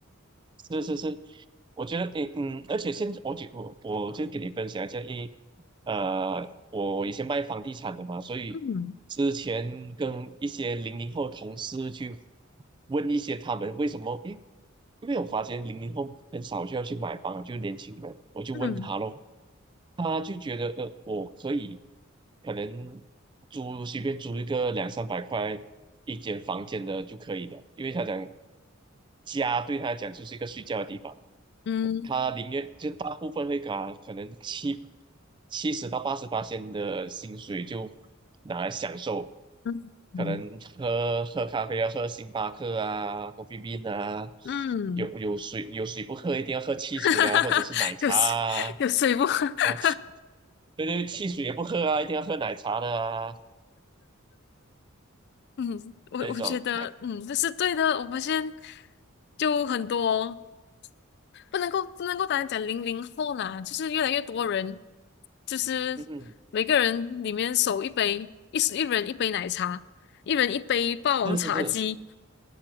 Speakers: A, on the right; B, on the left.
A: 是是是，我觉得，诶，嗯，而且现在我就我我就跟你分享一下，因为呃，我以前卖房地产的嘛，所以之前跟一些零零后同事去
B: 嗯
A: 问一些他们为什么，诶，因为我发现零零后很少就要去买房，就年轻人，我就问他咯，
B: 嗯
A: 他就觉得呃，我所以可能租随便租一个两三百块一间房间的就可以的，因为他讲家对他来讲就是一个睡觉的地方。
B: 嗯
A: 他宁愿就大部分会搞，可能七七十到八十八千的薪水就拿来享受，
B: 嗯嗯
A: 可能喝喝咖啡要喝星巴克啊、c o f f 啊，
B: 嗯，
A: 有有水有水不喝一定要喝汽水啊，
B: <laughs> 哈哈哈
A: 或者是奶茶啊
B: <laughs> 有水有水不？<laughs>
A: 啊汽对对汽水也不喝啊，一定要喝奶茶的啊
B: 嗯，我我觉得嗯这是对的，
A: 那种，
B: 我发现就很多。不能够不能够单单讲零零后啦，就是越来越多人，就是每个人里面手一杯，
A: 嗯，
B: 一一人一杯奶茶，一人一杯霸王茶姬，
A: 是是是